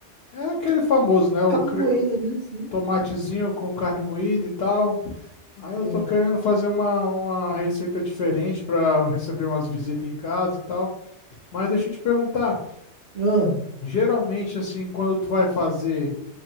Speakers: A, on the left; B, on the right.
A: é aquele famoso, né? O
B: Carne
A: cre-
B: moída,
A: o
B: né? Sim,
A: tomatezinho com carne moída e tal. Aí
B: sim.
A: eu tô querendo fazer uma, uma receita diferente para receber umas visitas em casa e tal. Mas deixa eu te perguntar,
B: Ah,
A: geralmente assim, quando tu vai fazer